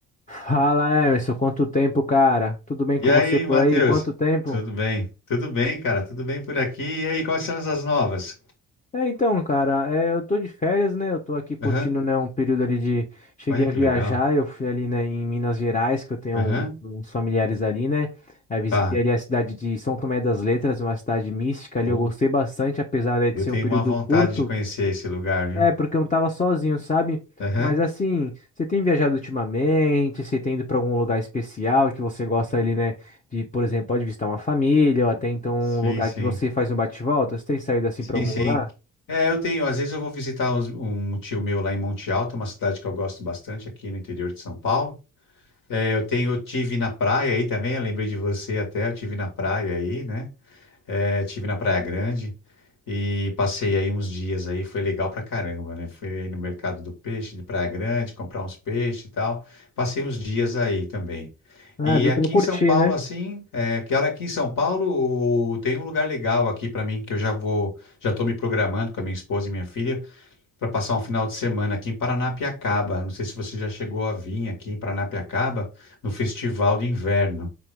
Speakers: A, on the left; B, on the left.
A: Fala, Emerson, quanto tempo, cara? Tudo bem com
B: E aí,
A: você por
B: Matheus?
A: aí? Quanto tempo?
B: Tudo bem? Tudo bem, cara? Tudo bem por aqui? E aí, quais são as novas?
A: É, então, cara, é, eu tô de férias, né? Eu tô aqui curtindo,
B: Aham.
A: né, um período ali de... Cheguei
B: Olha que
A: a viajar,
B: legal.
A: eu fui ali, né, em Minas Gerais, que eu tenho
B: Aham.
A: um- uns familiares ali, né? Aí visitei
B: Tá.
A: ali a cidade de São Tomé das Letras, uma cidade mística ali,
B: Putz.
A: eu gostei bastante, apesar, né, de
B: Eu
A: ser
B: tenho
A: um período
B: uma vontade
A: curto,
B: de conhecer esse lugar, viu?
A: É, porque eu não tava sozinho, sabe?
B: Aham.
A: Mas assim, você tem viajado ultimamente? Você tem ido pra algum lugar especial que você gosta ali, né? De, por exemplo, pode visitar uma família ou até então um
B: Sim,
A: lugar
B: sim.
A: que você faz um bate-volta? Você tem saído assim
B: Sim,
A: pra algum
B: sim.
A: lugar?
B: É, eu tenho. Às vezes eu vou visitar os- um tio meu lá em Monte Alto, uma cidade que eu gosto bastante aqui no interior de São Paulo. É, eu tenho, eu tive na praia aí também, eu lembrei de você até, eu tive na praia aí, né? É, tive na Praia Grande e passei aí uns dias aí, foi legal pra caramba, né? Fui aí no mercado do peixe de Praia Grande, comprar uns peixes e tal. Passei uns dias aí também.
A: Ah,
B: E
A: deu
B: aqui
A: pra curtir,
B: em São Paulo,
A: né?
B: assim, é, que hora aqui em São Paulo o- tem um lugar legal aqui pra mim que eu já vou, já tô me programando com a minha esposa e minha filha para passar um final de semana aqui em Paranapiacaba. Não sei se você já chegou a vir aqui em Paranapiacaba no Festival de Inverno.